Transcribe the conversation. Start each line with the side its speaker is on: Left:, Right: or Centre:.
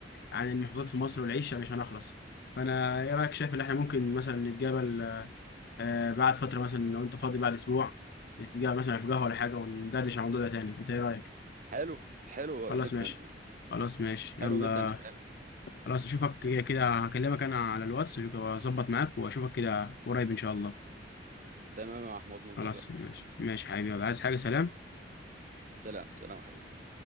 Left: عن المحافظات في مصر والعيشة مش هنخلص فانا ايه رأيك شايف ان احنا ممكن مثلا نتقابل آه، بعد فترة مثلا لو انت فاضي بعد اسبوع نتقابل مثلا في قهوة ولا حاجة وندردش عن الموضوع ده تاني انت ايه رأيك
Right: حلو حلو
Left: خلاص
Right: جدا
Left: ماشي خلاص ماشي
Right: حلو
Left: يلا
Right: جدا نتقابل
Left: خلاص اشوفك كده كده هكلمك انا على الواتس واظبط معاك واشوفك كده قريب ان شاء الله
Right: تمام يا محمود منتظر
Left: خلاص ماشي ماشي حبيبي يلا عايز حاجة سلام
Right: سلام سلام يا حبيبي